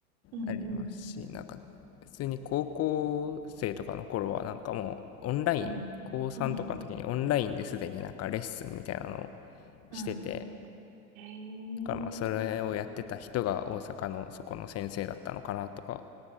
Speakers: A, on the right; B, on the left.
A: うん、
B: ありますし、
A: うん、
B: なんか、普通に高校生とかの頃は、なんかもう、オンライン、
A: うん、
B: 高3とかの時にオンラインですでになんかレッスンみたいなのを
A: うん、うん。
B: してて、
A: へ
B: だからまあ、それをやってた人が大阪のそこの先生だったのかなとか
A: え。